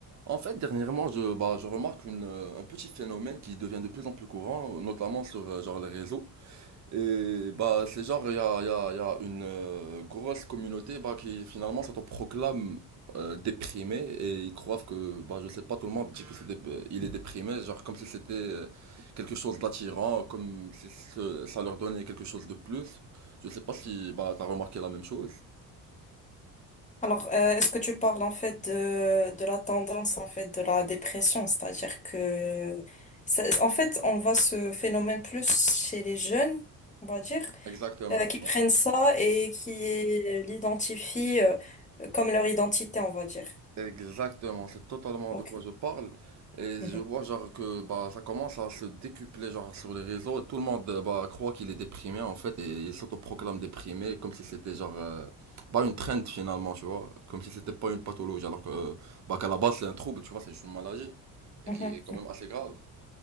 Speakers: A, on the right; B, on the left.
A: En fait, dernièrement, je, bah, je remarque une, euh, un petit phénomène qui devient de plus en plus courant, notamment sur euh, genre les réseaux. Et bah, c'est genre, il y a, il y a, il y a une euh, grosse communauté bah, qui finalement s'autoproclame euh, déprimée et ils croient que, bah, je sais pas, tout le monde dit que c'est dé- euh, il est déprimé, genre comme si c'était euh, quelque chose d'attirant, comme si ce- ça leur donnait quelque chose de plus. Je sais pas si bah, t'as remarqué la même chose.
B: Alors, euh, est-ce que tu parles en fait de, de la tendance en fait de la dépression, c'est-à-dire que ça- en fait on voit ce phénomène plus chez les jeunes, on va dire,
A: Exactement,
B: euh, qui prennent ça et qui euh, l'identifient euh, comme leur identité, on va dire.
A: Exactement, c'est totalement
B: Ok.
A: de quoi je parle. Et
B: Mhm.
A: je vois genre que bah ça commence à se décupler genre sur les réseaux et tout le monde euh, bah croit qu'il est déprimé en fait et il s'autoproclame déprimé comme si c'était genre euh, bah une trend finalement, tu vois, comme si c'était pas une pathologie alors que euh, bah qu'à la base c'est un trouble, tu vois, c'est juste une maladie et
B: Mhm.
A: qui est quand même assez grave.